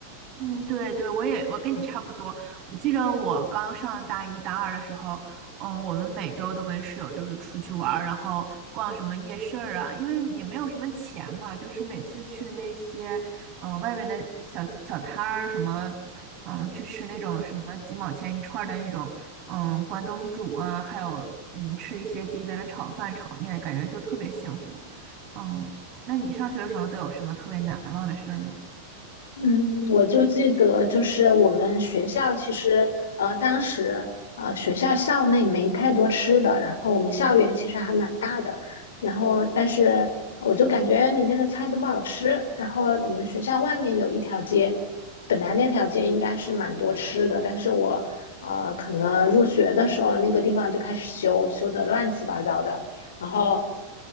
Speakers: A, on the right (about 35°); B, on the left (about 60°).
A: 嗯，对对，我也我跟你差不多。我记得我刚上大一大二的时候，嗯，我们每周都跟室友就是出去玩儿，然后逛什么夜市儿啊，因为也没有什么钱嘛，就是每次去那些嗯、呃外面的小小摊儿什么，嗯，去吃那种什么几毛钱一串儿的那种，嗯，关东煮啊，还有嗯吃一些街边的炒饭、炒面，感觉就特别幸福。嗯，那你上学的时候都有什么特别难忘的事儿吗？
B: 嗯，我就记得，就是我们学校其实，呃，当时，呃，学校校内没太多吃的，然后我们校园其实还蛮大的，然后但是我就感觉里面的菜都不好吃，然后我们学校外面有一条街，本来那条街应该是蛮多吃的，但是我，呃，可能入学的时候那个地方就开始修，修得乱七八糟的。然后，